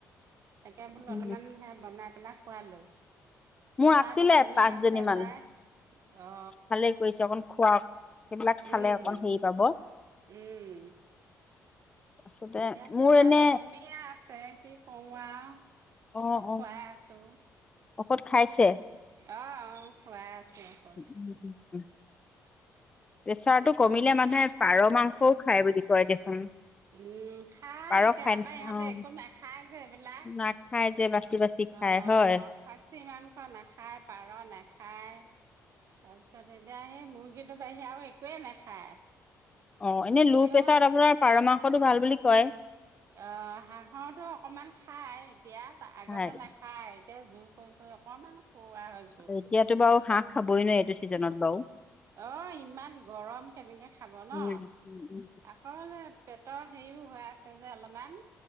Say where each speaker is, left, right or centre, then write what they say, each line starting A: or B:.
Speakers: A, on the right; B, on the left.
A: তাকে বোলো
B: উম
A: অলপমান হে বনাই পেলাই খোৱালো। প্ৰেছাৰটো
B: মোৰ আছিলে
A: কমি
B: পাঁচজনি
A: আছে
B: মান,
A: তাই অ
B: ভালেই কৰিছে অকন খুৱাক। সেইবিলাক খালে
A: উম
B: অকণ হেৰি পাব।
A: উম।
B: তাৰপিছতে
A: এতিয়া
B: মোৰ
A: প্ৰেছাৰটো
B: এনে
A: কমিয়ে আছে। কি কৰো আৰু।
B: অঁ
A: ঔষধ
B: অঁ
A: খুৱাই আছোঁ।
B: ঔষধ খাইছে
A: অহ' অহ' খুৱাই আছোঁ ঔষধ।
B: <unintelligible> প্ৰেছাৰটো
A: তাকে
B: কমিলে মানুহে পাৰ মাংসও খায় বুলি কয় দেখোন।
A: উম খাই
B: পাৰ
A: এতিয়া
B: খাই
A: আমাৰ
B: নাখাই
A: ইহঁতে
B: অ'
A: একো নাখায় যে এইবিলাক
B: নাখায় যে বাচি বাচি। খাই
A: অ
B: হয়।
A: খাচী মাংস নাখায়, পাৰ নাখায়। তাৰপিছত এতিয়া সেই মুৰ্গী সিটোৰ বাহিৰে আৰু একোৱেই নাখায়।
B: অ', এনে লো
A: তেওঁ
B: প্ৰেচাৰত আপোনাৰ পাৰ মাংসটো ভাল বুলি কয়।
A: অ' হাঁহৰটো অকণমান খাই, এতিয়া আগতে
B: হয়,
A: নাখায় খাই এতিয়া জোৰ কৰি কৰি অকণমান খুওৱা হৈছোঁ।
B: এতিয়াতো বাৰু হাঁহ খাবই নোৱাৰি, এইটো ছিজনত বাৰু।
A: অ' ইমান গৰম কেনেকে খাব ন।
B: উম, উম, উম,
A: হয় যে পেটৰ হেৰিও হৈ আছে যে অলপমান